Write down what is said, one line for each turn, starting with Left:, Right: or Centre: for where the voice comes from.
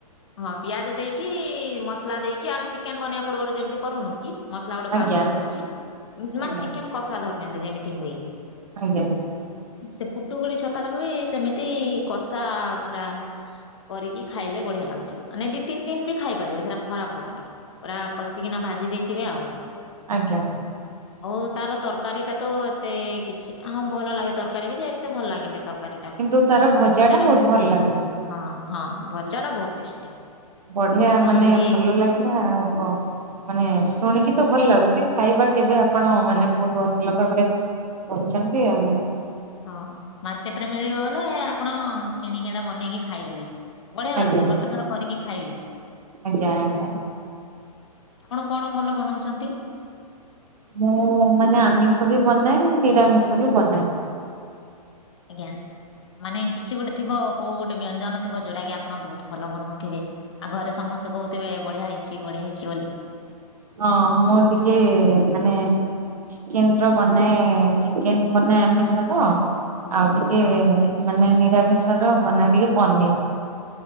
Left: ହଁ, ପିଆଜ ଦେଇକି, ମସଲା ଦେଇକି, ଆମେ ଚିକେନ୍ ବନେଇବା ପୂର୍ବରୁ ଯେମିତି କରୁନୁ କି ମସଲା ଆଉ ଗୋଟେ
Right: ଆଜ୍ଞା
Left: ପାଗଟେ ହଉଛି। ଉଁ
Right: ଆଜ୍ଞା
Left: ମାନେ ଚିକେନ୍ କଷା ଧରି ନିଅନ୍ତୁ, ଯେମିତି ହୁଏ।
Right: ଆଜ୍ଞା।
Left: ସେ ପୁଟୁଗୁଳି ଛତାଟାକୁ ବି ସେମିତି କଷା ପୁରା କରିକି ଖାଇଲେ ବଢ଼ିଆ ଲାଗୁଛି। ମାନେ ଦି ତିନି ଦିନ୍ ବି ଖାଇପାରିବେ, ସେଟା ଖରାପ ହବନି। ପୁରା କଷିକିନା ଭାଜି ଦେଇଥିବେ ଆଉ।
Right: ଆଜ୍ଞା।
Left: ହଉ ତାର ତରକାରୀ ଟା ତୋ ଏତେ କିଛି, ହଁ ଭଲ ଲାଗେ, ତରକାରୀ ବି ଯେ ଏତେ ଭଲ ଲାଗେନି ତର୍ କାରୀଟା,
Right: କିନ୍ତୁ ତାର ଭଜା
Left: ଭଜାଟା
Right: ଟା ବହୁତ
Left: ବହୁତ୍
Right: ଭଲ ଲାଗେ
Left: ହଁ, ହଁ ଭଜାଟା ବହୁତ୍ ଟେଷ୍ଟି।
Right: ବଢ଼ିଆ
Left: ଆପଣ
Right: ମାନେ
Left: ଯଦି
Right: ଭଲ ଲାଗିଲା। ଆଉ କହ? ମାନେ ଶୁଣିକି ତ ଭଲ ଲାଗୁଛି, ଖାଇବା କେବେ ଆପଣ ମାନେ ବହୁତ ଭଲ ଭାବରେ କରଛନ୍ତି ଆଉ।
Left: ହଁ, ମାର୍କେଟ ରେ ମିଳିବ ବଇଲେ ଆପଣ କିଣିକି ଏଟା ବନେଇକି ଖାଇଦେବେ। ବଢିଆ
Right: ଆଜ୍ଞା
Left: ଲାଗୁଛି। ଗୋଟେ ଥର କରିକି ଖାଇବେ।
Right: ଆଜ୍ଞା ଆଜ୍ଞା
Left: ଆପଣ କଣ ଭଲ ବନଉଛନ୍ତି?
Right: ମୁଁ, ମାନେ ଆମିଷ ବି ବନାଏ, ନିରାମିଷ ବି ବନାଏ।
Left: ଆଜ୍ଞା। ମାନେ କିଛି ଗୋଟେ ଥିବ, କୋଉ ଗୋଟେ ବ୍ୟଞ୍ଜନ ଥିବ, ଯୋଉଟା କି ଆପଣ ବହୁତ ଭଲ ବନଉ ଥିବେ? ଆଉ ଘରେ ସମସ୍ତେ କହୁଥିବେ, ବଢିଆ ହେଇଛି, ବଢିଆ ହେଇଛି ବୋଲି।
Right: ହଁ, ମୁଁ ଟିକେ ମାନେ ଚିକେନ୍ ର ବନାଏ, ଚିକ୍ ଚିକେନ୍ ବନାଏ ଆମିଷ ର, ଆଉ ଟିକେ
Left: ହଁ
Right: ମାନେ ନିରାମିଷ ର ବନାଏ ଟିକେ ପନିର୍।